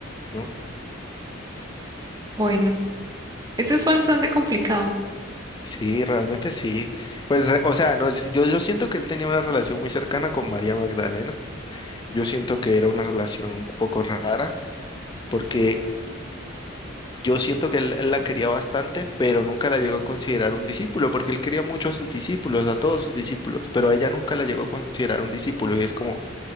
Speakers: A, on the left; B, on the right.
A: ¿no?
B: Bueno, eso es bastante complicado.
A: Sí, realmente sí. Pues, re- o sea, no, yo, yo siento que él tenía una relación muy cercana con María Magdalena. Yo siento que era una relación un poco rara, porque yo siento que él, él la quería bastante, pero nunca la llegó a considerar un discípulo, porque él quería mucho a sus discípulos, a todos sus discípulos, pero a ella nunca la llegó a considerar un discípulo y es como,